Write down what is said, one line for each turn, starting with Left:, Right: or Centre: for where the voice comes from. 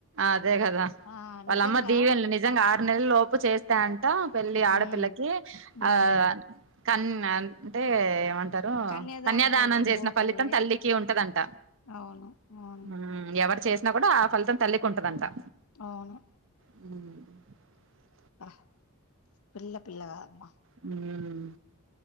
Right: అదే కదా
Left: ఆ
Right: వాళ్ళమ్మ
Left: నిజంగా
Right: దీవెనలు నిజంగా ఆరు నెలలు లోపు చేస్తే అంట పెళ్ళి ఆడపిల్లకి
Left: ఉమ్
Right: ఆహ్
Left: ఉమ్
Right: కన్నా అంటే ఏమంట క ఏమంటారు
Left: కన్యాదాన
Right: కన్యాదానం
Left: ఫలితం
Right: చేసిన
Left: పోతది
Right: ఫలితం తల్లికి ఉంటదంట.
Left: అవును అవును
Right: ఆహ్ ఎవ చేసినా కూడా ఆ ఫలితం తల్లికి ఉంటదంటా.
Left: అవును
Right: ఉమ్
Left: అబ్బా పిల్ల పిల్ల కదా అమ్మా
Right: ఉమ్